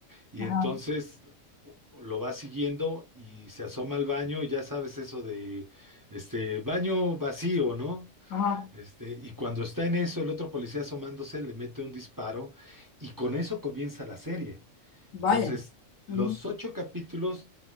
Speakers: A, on the right (about 15°); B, on the left (about 80°).
A: Y
B: ajá,
A: entonces lo va siguiendo y se asoma al baño, y ya sabes eso de este baño vacío, ¿no?
B: ajá,
A: Este, y cuando está en eso, el otro policía asomándose le mete un disparo y con eso comienza la serie.
B: vaya.
A: Entonces,
B: ujú.
A: los ocho capítulos,